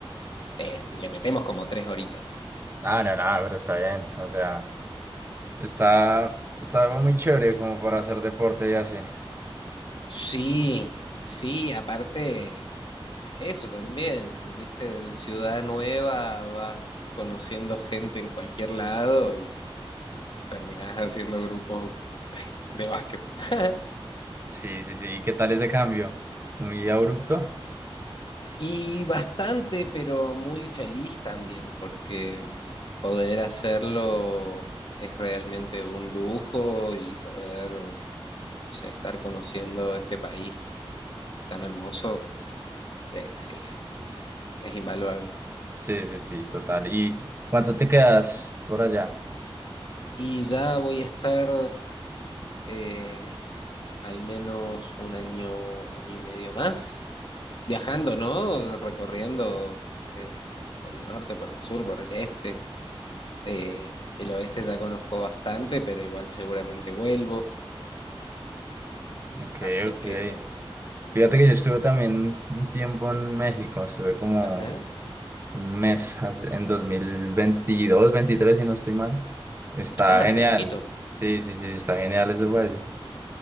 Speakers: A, on the left; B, on the right.
A: eh, le metemos como tres horitas.
B: Ah, no, no, pero está bien. O sea, está, está muy chévere como para hacer deporte y así.
A: Sí, sí, aparte, eso también, viste, ciudad nueva, vas conociendo gente en cualquier lado y terminás haciendo grupos de básquet. <laughs>
B: Sí, sí, sí. ¿Y qué tal ese cambio? ¿Muy abrupto?
A: Y bastante, pero muy feliz también, porque poder hacerlo es realmente un lujo y poder, no sé, estar conociendo este país tan hermoso, eh, sí, es, es invaluable.
B: Sí, sí, sí, total. ¿Y cuánto te quedas por allá?
A: Y ya voy a estar eh, al menos un año, año y medio más, viajando, ¿no? Recorriendo eh, por el norte, por el sur, por el este. Eh, el oeste ya conozco bastante, pero igual seguramente vuelvo.
B: Ok,
A: Así
B: ok.
A: que...
B: Fíjate que yo estuve también un tiempo en México, estuve como
A: Ajá.
B: un mes hace- en dos mil veintidós veintitrés si no estoy mal. Está
A: Ah,
B: genial.
A: hace poquito.
B: Sí, sí, sí, está genial ese país.